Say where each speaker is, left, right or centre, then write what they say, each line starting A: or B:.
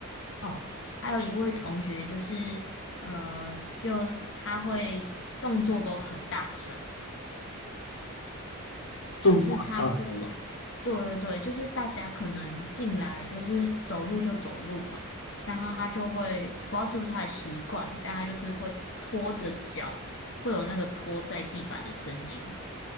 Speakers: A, on the left; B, on the left.
A: 哦，还有一位同学就是，呃，就他会动作都很大声，就是他不管，
B: 动作很大声，
A: 对对对，就是大家可能进来就是走路就走路嘛，然后他就会，我不知道是不是他的习惯，但他就是会拖着脚，会有那个拖在地板的声音。